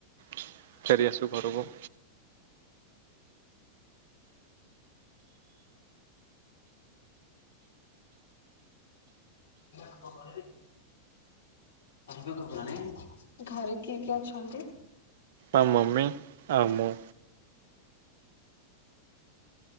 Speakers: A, on the right; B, on the left.
A: ଫେରି ଆସିବି ଘରକୁ।
B: କଁ କଇଲି। <unintelligible> ଘରେ କିଏ କିଏ ଅଛନ୍ତି?
A: ଆଉ ମମି ଆଉ ମୁଁ।